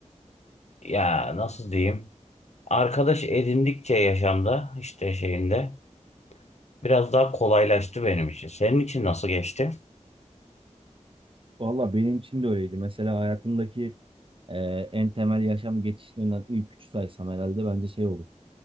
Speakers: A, on the left; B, on the right.
A: Ya nasıl diyeyim? Arkadaş edindikçe yaşamda işte şeyinde biraz daha kolaylaştı benim için. Senin için nasıl geçti?
B: Valla benim için de öyleydi. Mesela hayatımdaki e, en temel yaşam geçişlerinden ilk üç saysam herhalde bence şey olur.